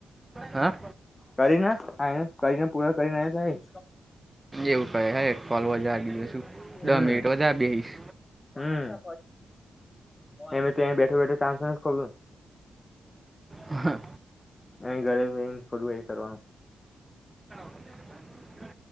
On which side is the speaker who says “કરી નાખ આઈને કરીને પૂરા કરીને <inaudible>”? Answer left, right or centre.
Left